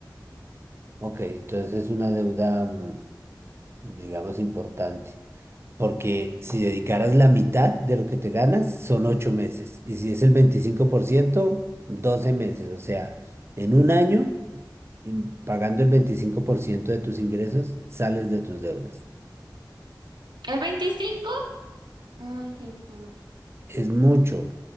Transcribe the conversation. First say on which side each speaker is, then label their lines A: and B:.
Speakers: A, on the right (about 35°); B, on the right (about 85°).
A: ok, entonces es una deuda, mm, digamos, importante. Porque si dedicaras la mitad de lo que te ganas, son ocho meses. Y si es el 25% 12 meses. O sea, en un año, mm, pagando el 25% de tus ingresos, sales de tus deudas.
B: ¿El veinticinco Ay, Jesús,
A: Es mucho,